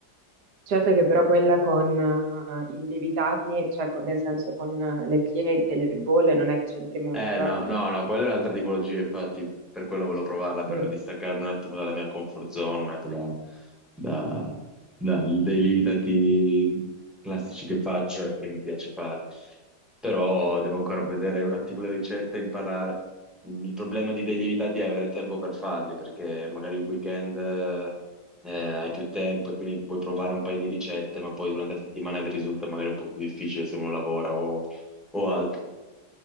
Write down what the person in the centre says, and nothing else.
Eh no,
no, no, quella è un'altra tipologia, infatti, per quello volevo provarla, per
distaccarmi un attimo dalla mia comfort zone, da- da- da- dai lievitati classici che faccio e che mi piace fare. Però devo ancora vedere
un attimo le ricette e imparare. Il problema di dei lievitati è avere tempo per farli, perché magari il weekend eh, hai più tempo e quindi puoi provare un paio di ricette, ma poi durante la settimana vi risulta magari un po' più difficile se uno lavora o o altro.